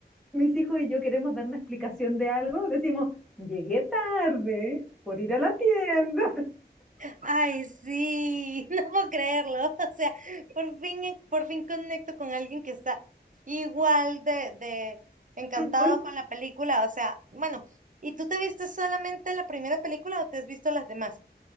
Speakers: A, in the centre; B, on the right.
A: mis hijos y yo queremos dar una explicación de algo, decimos, llegué tarde por ir a la tienda,
B: ay, sí, <laughs> no puedo creerlo. O sea, por fin, por fin conecto con alguien que está igual de, de encantado
A: <laughs> por
B: con la película. O sea, bueno, ¿y tú te viste solamente la primera película o te has visto las demás?